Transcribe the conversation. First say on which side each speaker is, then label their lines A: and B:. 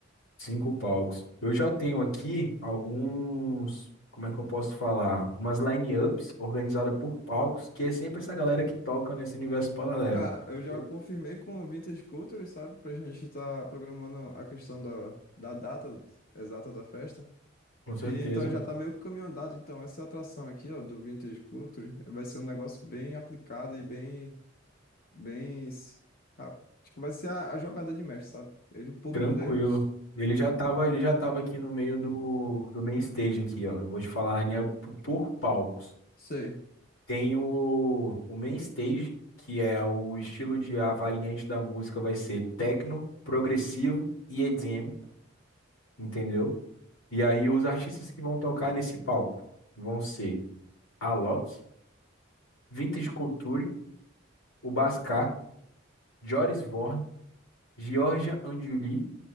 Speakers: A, on the left; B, on the left.
A: Cinco palcos. Eu já tenho aqui alguns, como é que eu posso falar? Umas line-ups organizadas por palcos, que é sempre essa galera que toca nesse universo paralelo.
B: Cara, eu
A: Entendeu?
B: já confirmei com o Vintage Culture, sabe? Pra gente estar programando a questão da, da data exata da festa.
A: Com certeza.
B: E então já tá meio que caminho andado. Então, essa atração aqui, ó, do Vintage Culture, vai ser um negócio bem aplicado e bem, bem, s- rápido. Tipo, vai ser a, a jogada de mestre, sabe? Ele, o público
A: Tranquilo.
B: dele.
A: Ele já tava, ele já tava aqui no meio do, do main stage aqui, ó. Eu vou te falar a linha up por palcos.
B: Sei.
A: Tem o, o main stage, que é o estilo de a variante da música vai ser techno, progressivo e EDM. entendeu? E aí os artistas que vão tocar nesse palco vão ser Alok, Vintage Culture, o Bascar, Joris Vorn, Georgia Anjuli,